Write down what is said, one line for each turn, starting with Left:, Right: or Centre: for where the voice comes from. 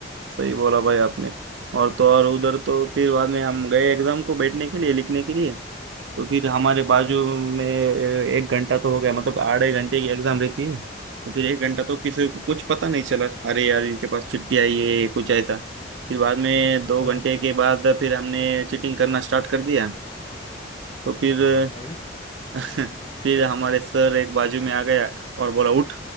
Right: सही बोला भाई आपने और तो और उधर तो फिर बाद में हम गए एग्जाम को बैठने के लिए लिखने के लिए तो फिर हमारे बाजू
Left: हाँ,
Right: में एक घंटा तो हो गया मतलब आधे घंटे की एग्जाम रहती है तो फिर एक घंटा तो किसी को कुछ पता नहीं चला अरे यार इनके पास छुट्टी आई है कुछ ऐसा फिर बाद में दो
Left: हाँ,
Right: घंटे के बाद फिर हमने चीटिंग करना स्टार्ट कर दिया तो फिर
Left: वाह भाई
Right: <laughs> फिर हमारे सर एक बाजू में आ गया और बोला उठ